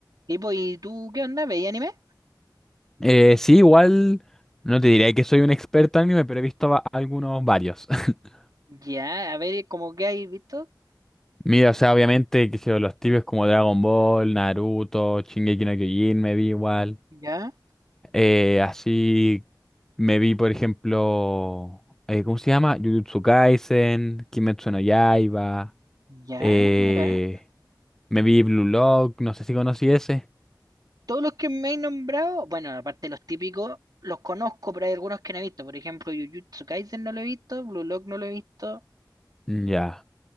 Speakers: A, on the right; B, in the centre.
A: Y pues, ¿y tú qué onda? ¿Veis anime?
B: Eh, sí, igual no te diré que soy un experto en anime, pero he visto va- algunos varios. <laughs>
A: Ya, a ver, como que hay visto?
B: Mira, o sea, obviamente, que sé yo, los tibios como Dragon Ball, Naruto, Shingeki no Kyojin, me vi igual.
A: Ya,
B: Eh, así me vi, por ejemplo, eh, ¿cómo se llama? Jujutsu Kaisen, Kimetsu no Yaiba.
A: ya,
B: eh,
A: mira.
B: me vi Blue Lock, no sé si conocí ese.
A: Todos los que me he nombrado, bueno, aparte de los típicos, los conozco, pero hay algunos que no he visto. Por ejemplo, Jujutsu Kaisen no lo he visto, Blue Lock no lo he visto.
B: Ya.